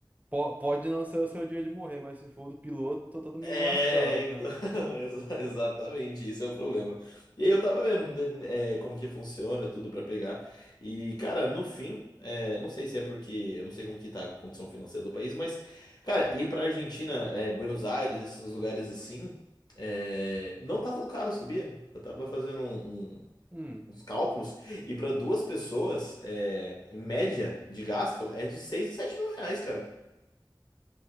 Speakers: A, on the right; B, on the left.
A: Po- pode não ser o seu dia de morrer, mas se for do piloto, tá todo mundo
B: É,
A: lascado,
B: então,
A: né?
B: <laughs> exa- exatamente, isso é o problema. E aí eu tava vendo, né, né, é, como que funciona tudo pra pegar. E, cara, no fim, é, não sei se é porque, eu não sei como que tá a condição financeira do país, mas, cara, ir pra Argentina, é, Buenos Aires, esses lugares assim, é, não tá tão caro, sabia? Eu tava fazendo um, um,
A: Hum.
B: uns cálculos, e para duas pessoas, é, em média de gasto, é de 6 a 7 mil reais, cara.